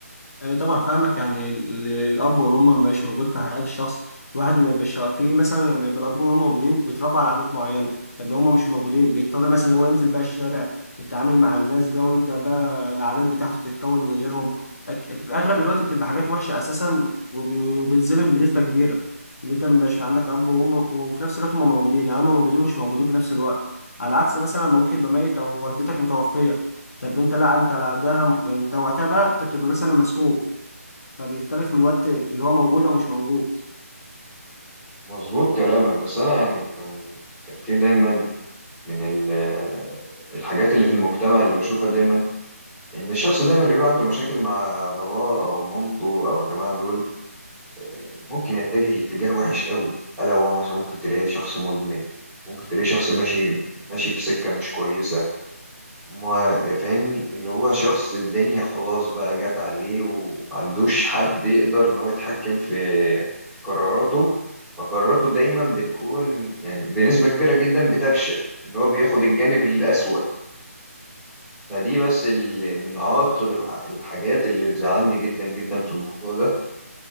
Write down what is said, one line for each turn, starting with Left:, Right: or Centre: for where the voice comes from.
Left: أيوة طبعا فاهمك يعني ال- الأب والأم مش موجود في حياة الشخص الواحد ما بيبقاش في مثلا لما يبقى الأب والأم موجودين بيتربى على عادات معينة طب لو هما مش موجودين بيضطر مثلا اللي هو ينزل بقى الشارع يتعامل مع الناس بقى ويبدأ بقى العادات بتاعته تتكون من غيرهم أك- أغلب الوقت بتبقى حاجات وحشة أساسا وبي- وبيتظلم بنسبة كبيرة اللي أنت مبقاش عندك أب وأم وفي نفس الوقت هما موجودين يعني هما موجودين مش موجودين في نفس الوقت على عكس مثلا لما أبوك يبقى ميت أو والدتك متوفية طب انت لا انت لا ده انت وقتها بقى انت بتبقى مثلا مسؤول فبيختلف من الوقت اللي هو موجود او مش موجود
Centre: مظبوط كلامك بس انا يعني كان كان في دايما من ال- الحاجات اللي في المجتمع اللي بشوفها دايما ان الشخص دايما اللي بيبقى عنده مشاكل مع باباه او مامته او الجماعه دول آه، ممكن يتجه لاتجاه وحش قوي الا هو مثلا ممكن تلاقيه شخص مدمن ممكن تلاقيه شخص ماشي ماشي في سكه مش كويسه ما فاهمني اللي هو شخص الدنيا خلاص بقى جت عليه ومعندوش حد يقدر ان هو يتحكم في قراراته فقراراته دايما بتكون يعني بنسبة كبيرة جدا بتفشل ان هو بياخد الجانب الأسوأ فدي بس ال- من عواقب الح- الحاجات اللي بتزعلني جدا جدا في الموضوع ده